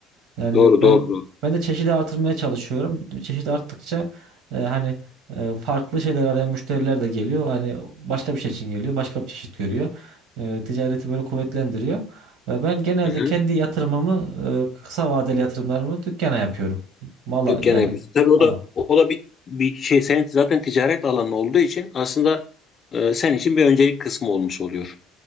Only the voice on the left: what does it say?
doğru
doğru doğru.
Hı-hı.
Dükkan
yapıyorsun. Tabii o
da o da bir bir şey sen zaten ticaret alanı olduğu için aslında e, sen için bir öncelik kısmı olmuş oluyor.